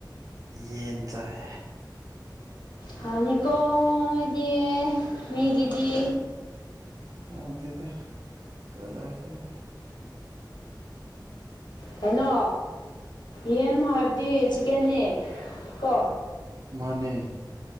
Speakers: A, on the right; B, on the left.
A: ꯌꯦꯟ ꯆꯥꯏ
B: ꯍꯥꯎꯅꯤꯀꯣ ꯅꯣꯏꯗꯤ ꯃꯤꯒꯤꯗꯤ
A: ꯍꯥꯎꯇꯦꯗ ꯀꯗꯥꯏꯗꯒꯤ
B: ꯀꯩꯅꯣ ꯌꯦꯟ ꯍꯥꯏꯕꯗꯤ ꯆꯤꯛꯀꯦꯟꯅꯦ ꯀꯣ
A: ꯃꯅꯦ